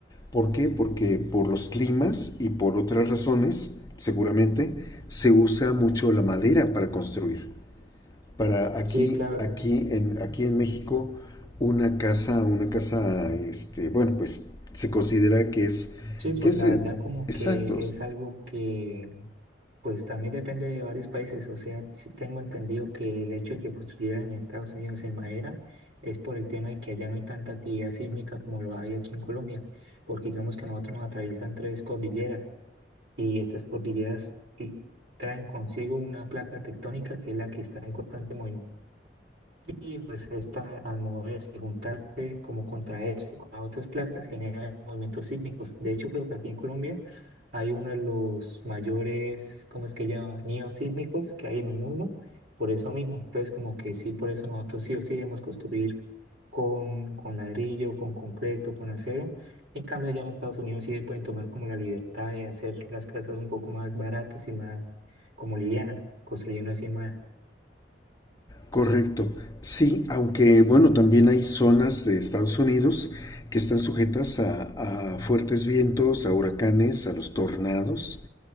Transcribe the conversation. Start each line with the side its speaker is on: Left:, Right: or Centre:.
Left: ¿Por qué? Porque por los climas y por otras razones, seguramente, se usa mucho la madera para construir. Para aquí,
Right: Sí, claro.
Left: aquí en, aquí en México, una casa, una casa, este, bueno, pues se considera que es,
Right: Sí, pues
Left: que es
Right: la
Left: de-
Right: verdad como
Left: exactos,
Right: que es algo que pues también depende de varios países. O sea, sí tengo entendido que el hecho de que construyeran en Estados Unidos en madera es por el tema de que allá no hay tanta actividad sísmica como lo hay aquí en Colombia, porque digamos que a nosotros nos atraviesan tres cordilleras y estas cordilleras y- traen consigo una placa tectónica que es la que está en constante movimiento. Y pues esta, al moverse, juntarse, como contraerse con las otras placas, genera movimientos sísmicos. De hecho, creo que aquí en Colombia hay uno de los mayores, ¿cómo es que llama? Neosísmicos que hay en el mundo, por eso mismo. Entonces, como que sí, por eso nosotros sí o sí debemos construir con, con ladrillo, con concreto, con acero. En cambio, allá en Estados Unidos sí pueden tomar como la libertad de hacer las casas un poco más baratas y más como livianas, construyendo así más.
Left: correcto. Sí, aunque bueno, también hay zonas de Estados Unidos que están sujetas a, a fuertes vientos, a huracanes, a los tornados.